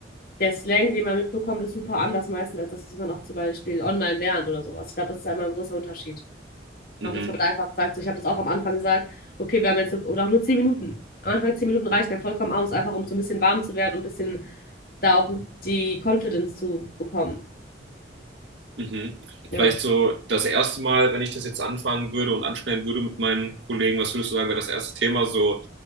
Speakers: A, on the left; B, on the right.
A: der Slang, den man mitbekommt, ist super anders meistens, als das, was man auch zum Beispiel online lernt oder sowas. Ich glaube, das ist einmal ein großer Unterschied.
B: Mhm,
A: Auch, dass man da einfach sagt, so, ich habe das auch am Anfang gesagt, okay, wir haben jetzt, so- oder auch nur 10 Minuten. Am Anfang 10 Minuten reichen ja vollkommen aus, einfach um so ein bisschen warm zu werden und ein bisschen da auch die Confidence zu bekommen.
B: mhm.
A: Ja.
B: Vielleicht so das erste Mal, wenn ich das jetzt anfangen würde und anschneiden würde mit meinen Kollegen, was würdest du sagen, wäre das erste Thema so